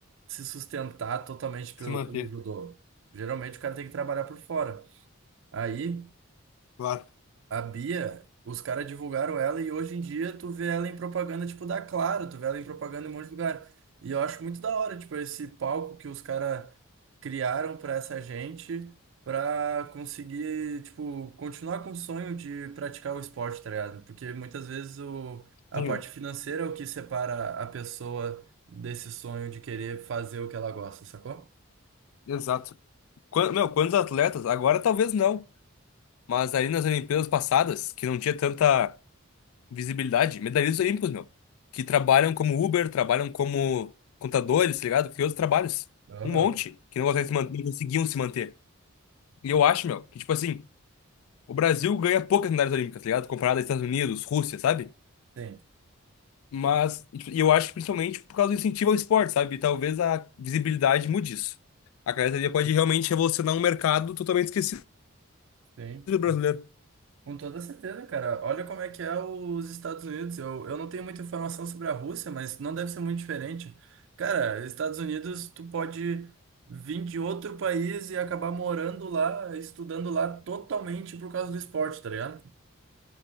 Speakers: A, on the right; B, on the left.
A: se sustentar totalmente pelo,
B: se manter,
A: pelo judô. Geralmente o cara tem que trabalhar por fora. Aí,
B: claro.
A: a Bia, os caras divulgaram ela e hoje em dia tu vê ela em propaganda tipo da Claro, tu vê ela em propaganda em um monte de lugar. E eu acho muito da hora, tipo, esse palco que os caras criaram pra essa gente pra conseguir, tipo, continuar com o sonho de praticar o esporte, tá ligado? Porque muitas vezes o, a
B: Sim,
A: parte
B: meu.
A: financeira é o que separa a pessoa desse sonho de querer fazer o que ela gosta, sacou?
B: Exato. Quan- meu, quantos atletas? Agora talvez não. Mas ali nas Olimpíadas passadas, que não tinha tanta. Visibilidade, medalhistas olímpicos, meu. Que trabalham como Uber, trabalham como contadores, tá ligado? Que outros trabalhos.
A: Aham,
B: Um monte que não conseguem se manter, não conseguiam se manter. E eu acho, meu, que tipo assim, o Brasil ganha poucas medalhas olímpicas, tá ligado? Comparado aos Estados Unidos, Rússia, sabe?
A: Sim,
B: Mas e tipo, e eu acho que principalmente por causa do incentivo ao esporte, sabe? E talvez a visibilidade mude isso. A academia pode realmente revolucionar um mercado totalmente esquecido
A: sim.
B: do brasileiro.
A: Com com toda certeza, cara. Olha como é que é os Estados Unidos. Eu, eu não tenho muita informação sobre a Rússia, mas não deve ser muito diferente. Cara, Estados Unidos, tu pode vir de outro país e acabar morando lá, estudando lá totalmente por causa do esporte, tá ligado?